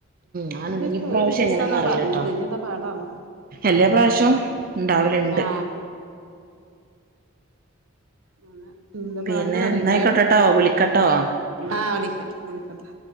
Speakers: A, on the right; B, on the right.
A: ഞാന്
B: ഇവർക്ക്
A: ഉം ഇപ്രാവശ്യം
B: ഒരു ദിവസാന്നാ
A: എങ്ങനെയാന്ന് അറിയിലാട്ടാ
B: പറഞ്ഞത് ഇഞ്ഞെന്താ പാടാവോ
A: എല്ലാ പ്രാവശ്യോം ഇൻണ്ടാവല്ണ്ട്
B: ആഹ് ആ എന്താപാടെന്ന്
A: പിന്നെ
B: അറിലാ
A: ഇന്നായിക്കോട്ടെട്ടോ വിളിക്കട്ടോ
B: ആ വിളിക്യാ അതാ